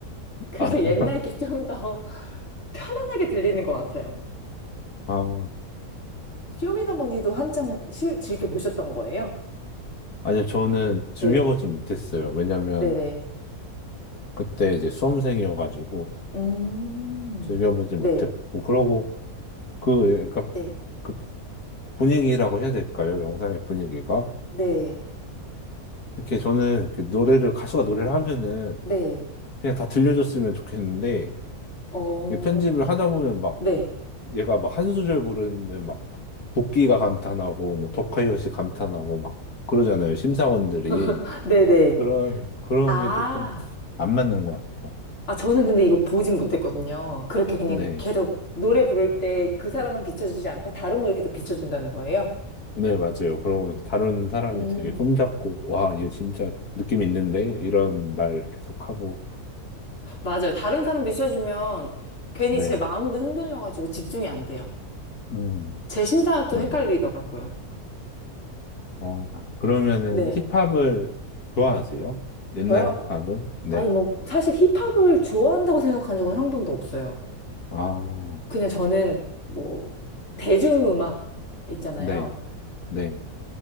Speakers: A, on the left (about 50°); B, on the left (about 80°).
A: <laughs> 그래서
B: 아, <laughs>
A: 옛날 게 좀 더 <laughs> 편안하게 들리는 것 같아요.
B: 아,
A: 쇼미더머니도 한창 시- 즐겨 보셨던 거예요?
B: 아니요, 저는 즐겨보지
A: 네,
B: 못했어요. 왜냐면,
A: 네네.
B: 그때 이제 수험생이어가지고
A: 음,
B: 즐겨보지
A: 네,
B: 못했고 그러고 그 그러니까
A: 네,
B: 그 분위기라고 해야 될까요? 영상의 분위기가
A: 네,
B: 이렇게 저는 이렇게 노래를 가수가 노래를 하면은
A: 네,
B: 그냥 다 들려줬으면 좋겠는데
A: 어,
B: 이게 편집을 하다 보면 막
A: 네,
B: 얘가 막 한 수절 부르는 막 도끼가 감탄하고 뭐 더카이엇이 감탄하고 막 그러잖아요 심사원들이
A: <laughs> 네네.
B: 그런 그런
A: 아.
B: 게 조금 안 맞는 것 같아요.
A: 아, 저는 근데 이거 보진 못했거든요. 그렇게 그냥
B: 네.
A: 계속 노래 부를 때 그 사람만 비춰주지 않고 다른 걸 계속 비춰준다는 거예요?
B: 네, 맞아요. 그러고 다른 사람이
A: 음,
B: 되게 폼잡고, 와, 얘 진짜 느낌 있는데? 이런 말 계속하고,
A: 맞아요. 다른 사람 비춰주면 괜히
B: 네.
A: 제 마음도 흔들려가지고 집중이 안 돼요.
B: 음,
A: 제 심사가 또
B: 맞아요.
A: 헷갈리더라고요.
B: 어,
A: 아,
B: 그러면은
A: 네.
B: 힙합을 좋아하세요? 옛날
A: 저요?
B: 힙합은? 네.
A: 아니, 뭐, 사실 힙합을 좋아한다고 생각한 적은 한 번도 없어요.
B: 아,
A: 그냥 저는 뭐 대중음악 있잖아요.
B: 네, 네,